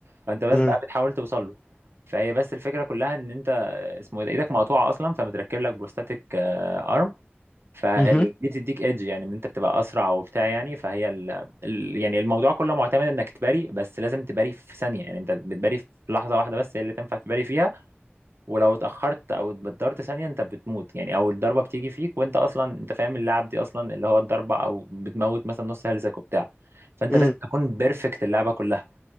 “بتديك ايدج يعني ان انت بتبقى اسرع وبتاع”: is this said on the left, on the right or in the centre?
Right